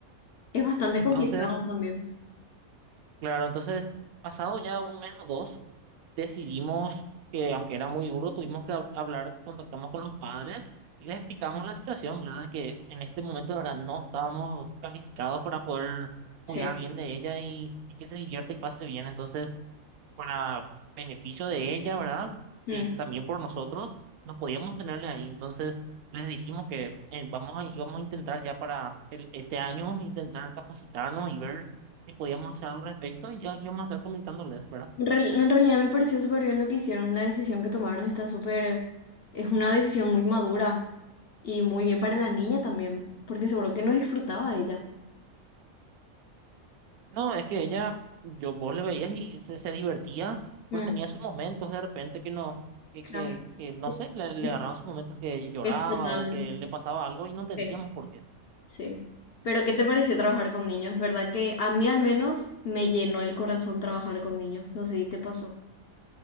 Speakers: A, on the left (about 60°); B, on the right (about 85°).
A: es bastante
B: Entonces,
A: complicado también.
B: claro, entonces, pasado ya un mes o dos. decidimos que, aunque era muy duro, tuvimos que hab- hablar, contactamos con los padres y les explicamos la situación, ¿verdad? De que en este momento, de verdad, no estábamos calificados para poder
A: Sí.
B: cuidar bien de ella y, y que se divierta y pase bien. Entonces, para beneficio de ella, ¿verdad?
A: Mm.
B: Y también por nosotros, no podíamos tenerle ahí. Entonces, les dijimos que eh, vamos a, íbamos a intentar ya para el- este año, intentar capacitarnos y ver si podíamos hacer algo al respecto y ya aquí vamos a estar comentándoles, ¿verdad?
A: En real- en realidad me pareció súper bien lo que hicieron, la decisión que tomaron está súper, es una decisión muy madura y muy bien para la niña también, porque seguro que no disfrutaba ella.
B: No, es que ella, yo vos le veías y se, se divertía, pero
A: Mm,
B: tenía sus momentos de repente que no, que,
A: claro.
B: que, que no
A: Que-
B: sé, le, le
A: que
B: agarraban sus momentos que lloraba
A: Explotaban.
B: o que le pasaba algo y no entendíamos
A: Sí.
B: por qué.
A: Sí. Pero ¿qué te pareció trabajar con niños? ¿Verdad que a mí al menos me llenó el corazón trabajar con niños? No sé si te pasó.